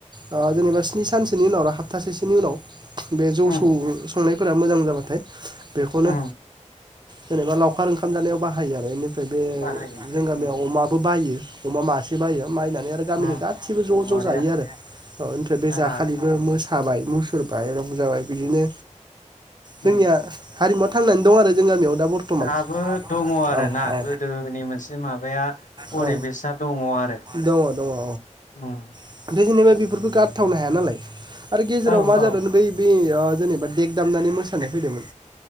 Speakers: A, on the right; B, on the left.
A: ओ जेनेबा स्नि सानसोनि उनाव आरो हाबतासेसोनि उनाव बे जौ
B: हूँ
A: सौ संनाय फोरा मोजां जाबाय। फ्राय बेखौनो
B: हूँ
A: जेनेबा लावखार ओंखाम जानायाव बाहायो आरो ओमफ्राय बे
B: बाहायो
A: जों गामियाव
B: उम
A: अमाबो बायो अमा मासे बायो बायनानै आरो
B: उम
A: गामिनि गाैबो ज'
B: बरिया
A: ज' जायो आरो ओ ओमफ्राय बे
B: आ
A: जाखालिबो मोसाबाय मुसुर बाहरं जाबाय बिदिनो
B: उम
A: जोंनिया हारिमुआ थांनानै दं आरो जों गामियाव दा बर्थमान
B: दाबो
A: औ
B: दङ' आरोना
A: औ
B: गोदोनि मोनसे माबाया परिबेसा
A: औ
B: दङ' आरो।
A: दङ दङ औ
B: उम।
A: ओमफ्राय जेनेबा बेफोरखौ गारथावनो हाया नालाय। आरो गेजेराव
B: औ
A: मा जादों
B: औ उम
A: बै बे बेयाव जेनेबा देग दामनानै मोसा सानाय फैदोंमोन